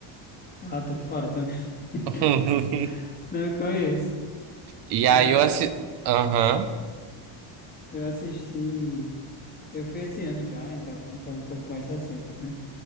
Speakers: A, on the left; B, on the right.
A: Ah, tô por fora também. <laughs>
B: <laughs>
A: Não conheço,
B: E aí
A: mas
B: eu assisti. Aham.
A: eu assisti. Eu fui esse ano já, então tô um pouco mais recente, né?